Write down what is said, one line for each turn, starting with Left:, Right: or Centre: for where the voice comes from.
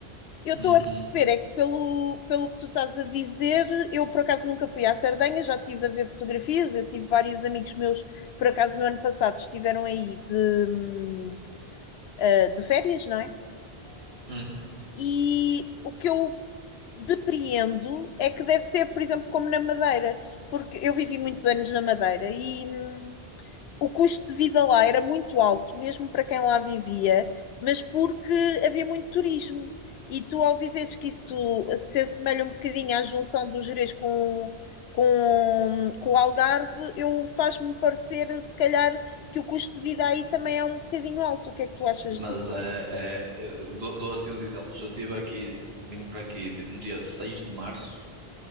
Left: Eu estou
Right: Uhum,
Left: a perceber, é que pelo, pelo que tu estás a dizer, eu por acaso nunca fui à Sardenha, já estive a ver fotografias, eu tive vários amigos meus, por acaso no ano passado, estiveram aí de, hum, eh, de férias, não é?
Right: uhum.
Left: E o que eu depreendo é que deve ser, por exemplo, como na Madeira, porque eu vivi muitos anos na Madeira e. hum, o custo de vida lá era muito alto, mesmo para quem lá vivia, mas porque havia muito turismo. E tu, ao dizeres que isso se assemelha um bocadinho à junção do Gerês com, com, com o Algarve, eu faz-me parecer, se calhar, que o custo de vida aí também é um bocadinho alto. O que é que tu achas
Right: Mas
Left: disso?
Right: é, é eu dou, dou assim uns exemplos. Eu estive aqui, vim para aqui de- no dia 6 de março